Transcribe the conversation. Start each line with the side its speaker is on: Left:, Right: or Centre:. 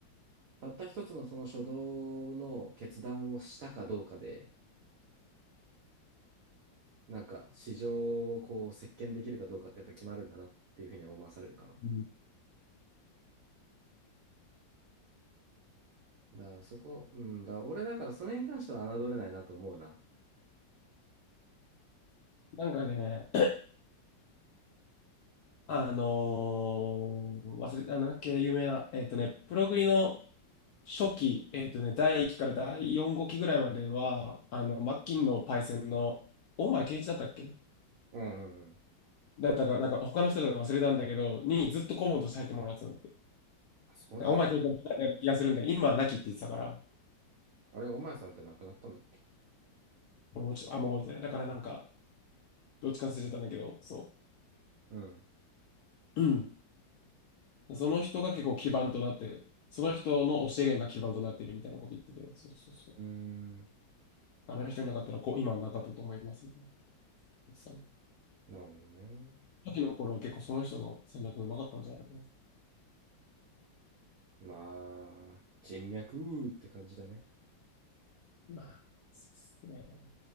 Right: たった一つのその初動の決断をしたかどうかで、なんか市場をこう席巻できるかどうかってやっぱ決まるんだなっていうふうには思わされるかな。
Left: うん
Right: だからそこ、うんだ、俺だからそれに関しては侮れないなと思うな。
Left: なんかね、<clears throat> あのー忘れた、あなんだっけ、有名な、えっとね、プログリの初期、えっとね、第1期から第4号機ぐらいまでは、あの、マッキンのパイセンの、大前健一だったっけ
Right: うんうんうん。
Left: だったか、なんか他の人だか忘れたんだけど、にずっと顧問として入ってもらってたんだって。
Right: あ、そうなんだ。
Left: 大前健一だったような気がするんだけど、今はなきって言ってたから、
Right: あれ、お前さんって亡くなったんだっけ
Left: 俺もちょっとあんま覚えてない。だからなんか、どっちか忘れてたんだけど、そ
Right: うん。
Left: う。うん。その人が結構基盤となって、その人の教えが今基盤となってるみたいなこと言ってて、そうそうそう。
Right: うーん。
Left: あの人いなかったらこう、今はなかったと思いますね。さ
Right: なるほどね。
Left: っきの頃は結構その人の戦略うまかったんじゃないかな。
Right: まあ、人脈って感じだね。
Left: まあ、そうですね。